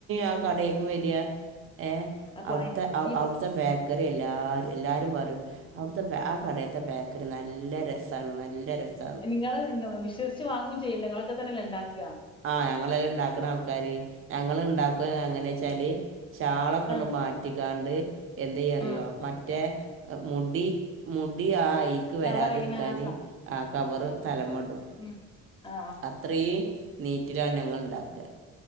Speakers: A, on the right (about 45°); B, on the left (about 15°).
A: ആ കടേ - ല് വര്യ ഏഹ്
B: അപ്പൊ
A: ഔടത്തെ
B: അയ്- ഈ
A: ഔടത്തെ ബേ - റിഎല്ലാ എല്ലാരും പറയും അവിടുത്തെ ബേ- കടയത്തെ ബേക്കറി നല്ല രസാണ് നല്ല രസാ -
B: നിങ്ങള് നിങ്ങള വിശ്വസിച്ച് വാങ്ങുകയും ചെയ്യോല്ല നിങ്ങളൊക്കെ തന്നല്ലെ ഉണ്ടാക്കുക
A: ആഹ് ഞങ്ങളല്ല ഉണ്ടാക്കുന്ന ആൾക്കാര് ഞങ്ങള് ഇണ്ടാക്കണ എങ്ങനെ വെച്ചാല് ചാളൊക്കെ
B: ആഹ്
A: മാറ്റിക്കാണ്ട് എന്ത് ചെയ്യാ അറിയോ
B: ആഹ്
A: മറ്റേ മുടി മുടി ആഹ് ഐക്ക് വരാതിരിക്കാൻ
B: കവർ ചെയ്യണ ആ സ
A: ആഹ് കവറ് തലമേടും
B: ഉം ആഹ്
A: അത്രയും നീറ്റിലാണ് ഞങ്ങൾ ഉണ്ടാക്കുക